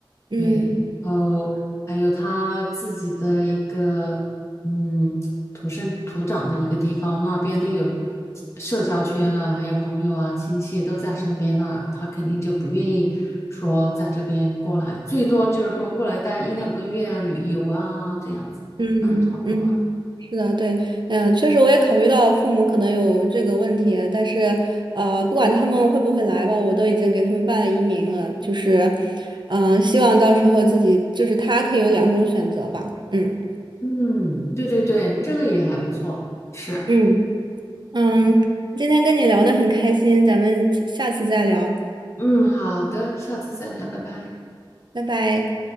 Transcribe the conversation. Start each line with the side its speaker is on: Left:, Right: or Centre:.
Right: 嗯。
Left: 对，
Right: 嗯
Left: 然后还有他自己的一个嗯土生土长的一个地方，那边都有社交圈了，还有朋友啊、亲戚都在身边那他肯定就不愿意说在这边过来，最多就是说过来待一两个月啊、旅游啊这样子，
Right: 嗯嗯，
Left: 那还差不多啊。
Right: 是的，对，嗯，确实我也考虑到父母可能有这个问题，但是呃，不管他们会不会来吧，我都已经给他们办了移民了，就是，嗯、希望到时候自己就是他可以有两种选择吧，嗯
Left: 嗯，对对对，这个也还不错，是，
Right: 嗯嗯，
Left: 嗯
Right: 今天跟你聊得很开心，咱们下次再聊，
Left: 嗯，好的，下次再聊，拜拜。
Right: 拜拜。